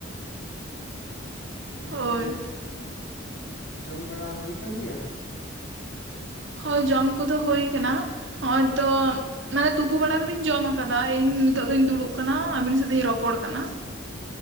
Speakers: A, on the left; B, on the right.
A: ᱫᱤᱭᱮ
B: ᱦᱳᱭ
A: ᱡᱚᱢ ᱵᱟᱲᱟ ᱦᱩᱭ ᱟᱠᱟᱱ ᱜᱮᱭᱟ?
B: ᱦᱳᱭ ᱡᱚᱢ ᱠᱚᱫᱚ ᱦᱩᱭ ᱠᱟᱱᱟ ᱱᱚᱜᱼᱚᱭ ᱛᱚ ᱼᱼ ᱢᱟᱱᱮ ᱛᱩᱯᱩ ᱵᱟᱲᱟ ᱠᱟᱛᱮᱧ ᱡᱚᱢ ᱟᱠᱟᱫᱟ ᱤᱧ ᱱᱤᱛᱚᱜ ᱫᱩᱧ ᱫᱩᱲᱩᱵ ᱠᱟᱱᱟ ᱟᱵᱤᱱ ᱥᱟᱶᱛᱮᱧ ᱨᱚᱯᱚᱲ ᱠᱟᱱᱟ᱾